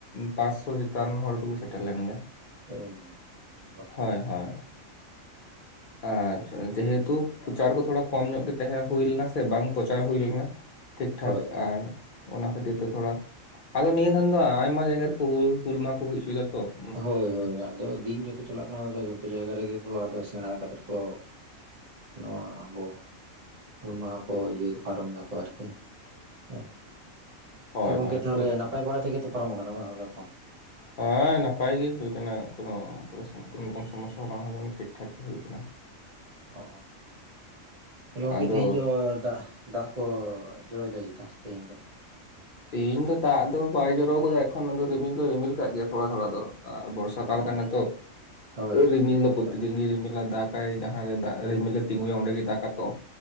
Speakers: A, on the left; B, on the right.
A: ᱯᱟᱸᱪᱥᱚ ᱪᱮᱛᱟᱱ ᱦᱚᱲ ᱫᱚᱠᱚ ᱥᱮᱴᱮᱨ ᱞᱮᱱ ᱜᱮᱭᱟ ᱾
B: ᱚ <unintelligible>
A: ᱦᱚᱭ ᱦᱚᱭ ᱾ ᱟᱪᱪᱷᱟ ᱡᱮᱦᱮᱛᱩ ᱯᱨᱚᱪᱟᱨ ᱠᱚ ᱛᱷᱚᱲᱟ ᱠᱚᱢ ᱧᱚᱜ ᱜᱮ ᱛᱟᱦᱮᱸ ᱦᱩᱭ ᱞᱮᱱᱟ ᱥᱮ ᱵᱟᱝ ᱯᱨᱚᱪᱟᱨ ᱦᱩᱭ ᱞᱮᱱᱟ ᱾ ᱴᱷᱤᱠ ᱴᱷᱟᱠ
B: ᱦᱳᱭ
A: ᱟᱨᱼᱼ ᱚᱱᱟ ᱠᱷᱟᱹᱛᱤᱨ ᱛᱮ ᱛᱷᱚᱲᱟ, ᱟᱫᱚ ᱱᱤᱭᱟᱹ ᱫᱤᱱ ᱫᱚ ᱟᱭᱢᱟ ᱡᱟᱭᱜᱟ ᱨᱮᱠᱚ ᱦᱩᱞ, ᱦᱩᱞ ᱢᱟᱦᱟ ᱠᱚ ᱦᱩᱭ ᱚᱪᱚᱭᱮᱫᱟ ᱛᱚ ᱾
B: ᱦᱳᱭ ᱦᱳᱭ ᱟᱫᱚ ᱫᱤᱱ ᱡᱚᱛᱚ ᱪᱟᱞᱟᱜ ᱠᱟᱱᱟ ᱡᱷᱚᱛᱚ ᱡᱟᱭᱜᱟ ᱨᱮᱜᱮ ᱠᱚ ᱟᱫᱚ ᱥᱮᱬᱟ ᱠᱟᱛᱮ ᱠᱚᱼᱼ ᱱᱚᱣᱟ ᱟᱵᱚᱼᱼ ᱦᱩᱞ ᱢᱟᱦᱟ ᱠᱚ ᱤᱭᱟᱹ ᱯᱟᱨᱚᱢ ᱫᱟᱠᱚ ᱟᱨᱠᱤ ᱾
A: ᱦᱳᱭ
B: ᱛᱚ ᱜᱚᱝᱠᱮ
A: ᱦᱳᱭ
B: ᱛᱟᱦᱚᱞᱮ
A: ᱛᱚ
B: ᱱᱟᱯᱟᱭ ᱵᱟᱲᱟ ᱛᱮᱜᱮ ᱛᱚ ᱯᱟᱨᱚᱢ ᱟᱠᱟᱱᱟ ᱦᱚᱞᱟ <inaudible>
A: ᱦᱮᱸ ᱱᱟᱯᱟᱭ ᱜᱮ ᱦᱩᱭ ᱠᱟᱱᱟ ᱾ ᱠᱳᱱᱳ ᱠᱳᱱᱳ ᱨᱚᱠᱚᱢ ᱥᱚᱢᱚᱥᱥᱟ ᱦᱚᱸ ᱵᱟᱝ ᱦᱩᱭ ᱟᱠᱟᱱᱟ ᱴᱷᱤᱠ ᱴᱷᱟᱠ ᱜᱮ ᱦᱩᱭ ᱟᱠᱟᱱᱟ ᱾
B: ᱚ, ᱛᱟᱦᱞᱮ ᱜᱚᱝᱠᱮ
A: ᱟᱫᱚ
B: ᱛᱮᱦᱮᱧ ᱫᱚ ᱫᱟᱜ ᱫᱟᱜ ᱠᱚ ᱡᱚᱨᱚᱭ ᱫᱟᱭ ᱪᱮᱛᱟ ᱛᱮᱦᱮᱧ ᱫᱚ ᱾
A: ᱤᱧ ᱫᱚ ᱫᱟᱜ ᱫᱚ ᱵᱟᱭ ᱡᱚᱨᱚᱣᱟ ᱠᱟᱫᱟ ᱮᱠᱷᱚᱱ ᱫᱚ ᱨᱤᱢᱤᱞ ᱫᱚ ᱨᱤᱢᱤᱞ ᱠᱟᱜ ᱜᱮᱭᱟ ᱛᱷᱚᱲᱟ ᱛᱷᱚᱲᱟ ᱫᱚ ᱾ ᱟ ᱵᱚᱨᱥᱟ ᱠᱟᱞ
B: ᱚ
A: ᱠᱟᱱᱟ ᱛᱚ
B: ᱦᱳᱭ ᱦᱳᱭ
A: ᱨᱤᱢᱤᱞ
B: ᱦᱳᱭ
A: ᱫᱚ
B: ᱟᱫᱚ
A: ᱯᱨᱚᱛ <inaudible> ᱨᱤᱢᱤᱞᱟ ᱫᱟᱠ ᱯᱨᱟᱭ ᱡᱟᱦᱟᱸᱨᱮ ᱫᱟᱜ ᱨᱤᱢᱤᱞ ᱞᱮ ᱛᱤᱸᱜᱩᱭᱟ ᱚᱸᱰᱮᱜᱮ ᱫᱟᱠᱟ ᱛᱚ,